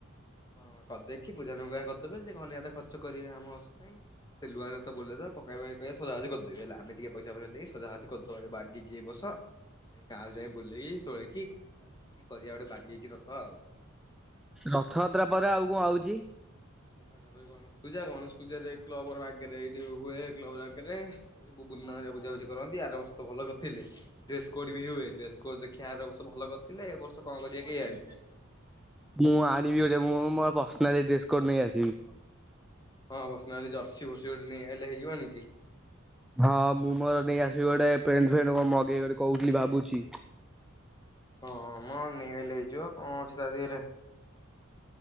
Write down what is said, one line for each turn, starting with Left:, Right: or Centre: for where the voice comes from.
Left: ହଁ କରିଦେଇକି ପୂଜାନୁଗା କରିଦେବେ। ସେ ଘନିଆ ଖର୍ଚ୍ଚ ବେ ଆମ ପାଇଁ ସେ ଲୁଆ ବଲେ ପେଇବା ପକେଇ ସଜ କରିଦେ ଆ ହେଲେମେ ଟିକେ ପଇସା ଫଇସା ଏ ଦେଇ ସଜଜି <unintelligible> କଦ ବାଗିକି ବସ। ଗାଁକୁ ଯାଇ ବୁଲେଇକି ତୋଳେଇକି କରିବା ଗୋଟେ ବାଗେଇକି ହେଇକି ରଥ ଆଉ,
Centre: ରଥଯାତ୍ରା ପରେ ଆଉ କଣ ଆଉଛି?
Left: ଟା ପରେ ଗଣେଶ ପୂଜା ।ଗଣେଶ ପୂଜାରେ କଲବର ଆଗରେ ଏଇଠି ହୁଏ କର ଆଗରେ ବୁରେ ବୁଝାବୁଝି କରନ୍ତି । ଆରବର୍ଷ ଭଲ କରିଥିଲେ ଡ୍ରେସ୍ କୋଡ ବି ହୁଏ, ଡ୍ରେସ କୋଡ ଦେଖି ଆରବର୍ଷ ଭଲ କରି ଥିଲେ, ଏ ବର୍ଷ କଣ କରିବେ କେ ଜାଣି।
Centre: ମୁଁ ଆଣିବି <unintelligible> ମୁଁ ମୋର ପର୍ସନାଲ୍ ଡ୍ରେସ କୋଟ୍ ନେଇ ଆସିବି।
Left: ହଁ ପର୍ସନାଲି ଜର୍ସି ବର୍ସି ଗୋଟେ ହେଲେ ହେଇଯିବ ନି କି?
Centre: ହଁ, ମୁଁ ମୋର ନେଇ ଆସିବି ଗୋଟେ ଫ୍ରେ ଫ୍ରେ ମଗେଇ ଗୋଟେ କହୁଥିଲି ଭାବୁଛି।
Left: ହଁ ମ ନେଇ ଆଇଲେ ହେଇଯିବ କଣ ଅଛି ତା ଦି ହରେ।